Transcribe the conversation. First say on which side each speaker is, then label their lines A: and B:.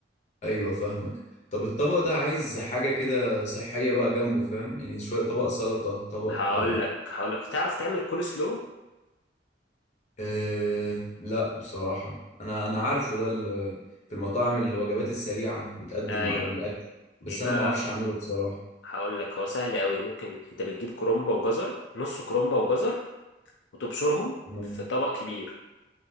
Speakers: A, on the left; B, on the left.
A: ايوه فاهمك طب الطبق ده عايز حاجة كده صحية بقى جنبه فاهم يعني شوية طبق سلطة طبق
B: هقول
A: آه،
B: لك هقول لك تعرف تعمل كول سلو
A: أه لا بصراحة أنا أنا عارفه ده ال- في المطاعم الوجبات السريعة بيتقدم
B: ايوه
A: مع الأكل
B: بيبقى
A: بس أنا ما بعرفش أعمله بصراحة
B: هقول لك هو سهل قوي ممكن انت بتجيب كرومبه وجزر نص كرومبه وجزر وتبشرهم
A: تمام
B: في طبق كبير